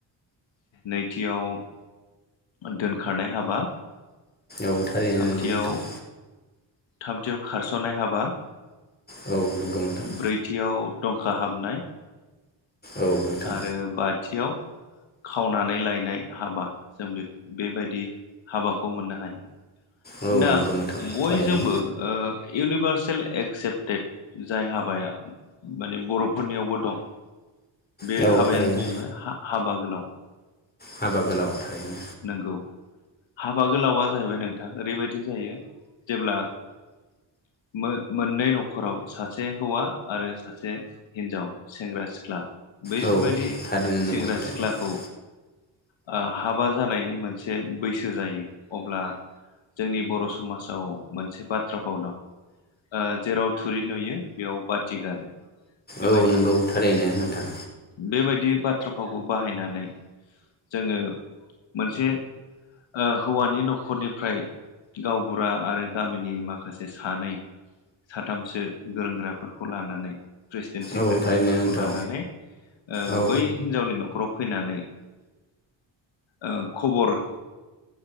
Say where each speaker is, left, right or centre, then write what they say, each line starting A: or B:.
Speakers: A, on the left (about 75°); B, on the left (about 20°).
A: नैथियाव दोनखारनाय हाबा
B: औ थारैनो
A: थामथियाव
B: नंगौ नोंथां
A: थामथियाव खारस'नाय हाबा
B: औ नंगौ नोंथां
A: ब्रैथियाव दंखा हाबनाय
B: औ नोंथां
A: आरो बाथियाव खावनानै लायनाय हाबा जों बे बेबायदि हाबाखौ मोननो हायो
B: औ
A: दा
B: नंगौ नोंथां
A: बयजोंबो
B: थारैनो।
A: ओ इउनिभार्सेल एक्सेप्टेड जाय हाबाया माने बर'फोरनियावबो दं बे
B: औ
A: हाबायानो
B: थारैनो
A: जाहैबाय हा हाबा गोलाव
B: हाबा गोलाव थायोमोन
A: नंगौ हाबा गोलावा जाहैबाय नोंथां ओरैबायदि जायो जेब्ला मो मोननै न'खराव सासे हौवा आरो सासे हिनजाव सेंग्रा सिख्ला बैसोर
B: औ
A: बायदि
B: थारैनो
A: सेंग्रा
B: नंगौ नोंथां
A: सिख्लाखौ ओ हाब हाबा जानायनि मोनसे बैसो जायो अब्ला जोंनि बर' समाजाव मोनसे बाथ्रा फाव दं ओ जेराव थुरि नुयो बेयाव बाथि गारो बेबायदि
B: औ नंगौ थारैनो नोंथां
A: बेबायदि बि बाथ्रा फावखौ बाहायनानै जोङो मोनसे अ हौवानि न'खरनिफ्राय गावबुरा आरो गामिनि माखासे सानै साथामसो गोरोंग्राफोरखौ लानानै प्रेसिडेन्ट सेक्रेटारिफोरखौ
B: औ थारैनो नोंथां
A: लानानै अ
B: औ
A: बै हिनजावनि न'खराव फैनानै अ खबर